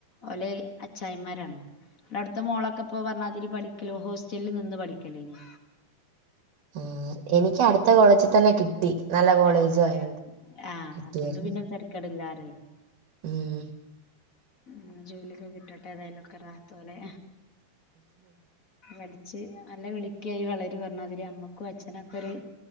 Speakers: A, on the left; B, on the right.
A: ഓല് അച്ചായമ്മാരാണ് അവ്ടുത്ത മോളൊക്കെ പ്പോ പറഞ്ഞാതിരി പഠിക്കലോ ഹോസ്റ്റലിൽ നിന്ന് പഠിക്കലയ്ന്
B: ഉം എനിക്ക് അടുത്ത കോളേജിൽ തന്നെ കി, ട്ടി നല്ലകോളേജും
A: ആഹ്
B: ആയോണ്ട്
A: ആഹ്
B: കിട്ടിയെര്ന്ന്
A: അതുകൊണ്ട് പിന്നെ തരക്കേടില്ലാറയ്
B: ഉം
A: ഉം ജോലിയൊക്കെ കിട്ടട്ടെ ഏതായാലും ഒക്കെ റാഹത്ത്പോലെ പഠിച്ച് നല്ല മിടുക്കിയായി വളരു പറഞ്ഞാതിരി അമ്മക്കും അച്ഛനൊക്കൊര്